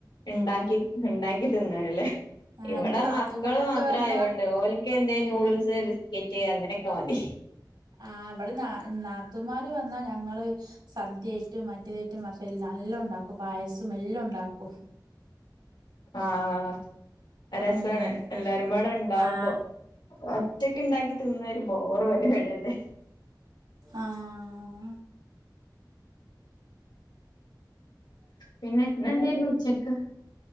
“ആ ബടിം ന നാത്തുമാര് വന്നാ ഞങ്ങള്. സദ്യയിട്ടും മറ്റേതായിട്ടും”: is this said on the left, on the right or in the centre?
Right